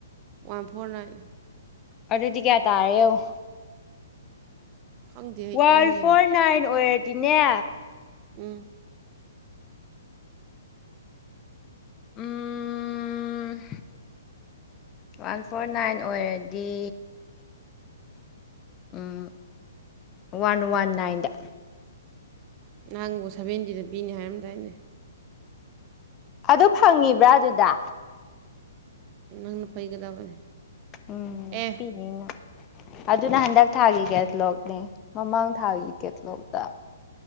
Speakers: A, on the right (about 30°); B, on the left (about 20°).
A: ꯋꯥꯟ ꯐꯣꯔ ꯅꯥꯏꯟ
B: ꯑꯗꯨꯗꯤ ꯀꯌꯥ ꯇꯥꯔꯦ ꯌ‌ꯦꯡꯉ‌ꯣ
A: ꯈꯪꯗꯦ ꯑꯩ
B: ꯋꯥꯟ
A: ꯅꯪ ꯌꯦꯡꯉꯨ
B: ꯐꯣꯔ ꯅꯥꯏꯟ ꯑꯣꯏꯔꯗꯤꯅꯦ
A: ꯎꯝ
B: ꯎꯝ..... ꯋꯥꯟ ꯐꯣꯔ ꯅꯥꯏꯟ ꯑꯣꯏꯔꯗꯤ ꯎꯝ ꯋꯥꯟ ꯋꯥꯟ ꯅꯥꯏꯟꯗ
A: ꯅꯪꯕꯨ ꯁꯕꯦꯟꯇꯤꯗ ꯄꯤꯅꯤ ꯍꯥꯏꯔꯝꯗꯥꯏꯅꯦ
B: ꯑꯗ‌ꯣ ꯐꯪꯉꯤꯕ꯭ꯔꯥ ꯑꯗꯨꯗ
A: ꯅꯪꯅ ꯄꯩꯒꯗꯕꯅꯦ
B: ꯎꯝ
A: ꯑꯦ
B: ꯄꯤꯅꯤ ꯅꯪ ꯑꯗꯨꯅ ꯍꯟꯗꯛ ꯊꯥꯒꯤ ꯀꯦꯊꯂꯣꯛꯅꯦ ꯃꯃꯥꯡ ꯊꯥꯒꯤ ꯀꯦꯊꯂꯣꯛꯇ